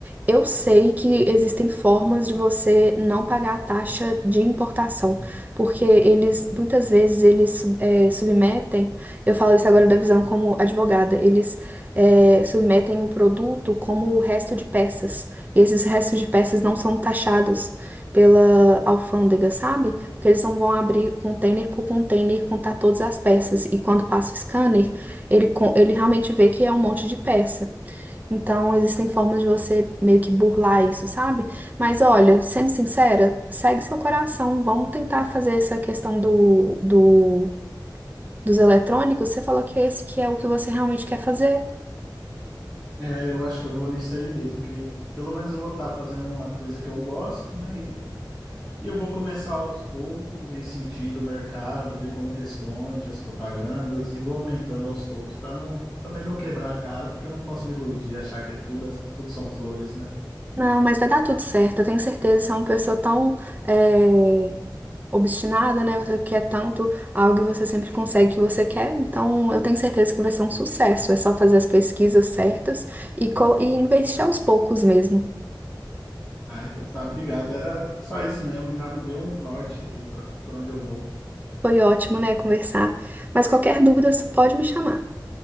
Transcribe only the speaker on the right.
eu sei que existem formas de você não pagar a taxa de importação, porque eles, muitas vezes, eles sub- eh, submetem, eu falo isso agora da visão como advogada, eles eh, submetem o produto como o resto de peças, e esses restos de peças não são taxados pela alfândega, sabe? Porque eles não vão abrir container por container e contar todas as peças, e quando passa o scanner, ele, con- ele realmente vê que é um monte de peça. Então, existem formas de você meio que burlar isso, sabe? Mas olha, sendo sincera, segue seu coração. Vamos tentar fazer essa questão do, do, dos eletrônicos. Você falou que esse que é o que você realmente quer fazer.
Não, mas vai dar tudo certo. Eu tenho certeza. Você é uma pessoa tão, é, obstinada, né? Você quer tanto algo e você sempre consegue o que você quer. Então, eu tenho certeza que vai ser um sucesso. É só fazer as pesquisas certas e, co- e investir aos poucos mesmo.
Foi ótimo, né, conversar. Mas qualquer dúvida, pode me chamar.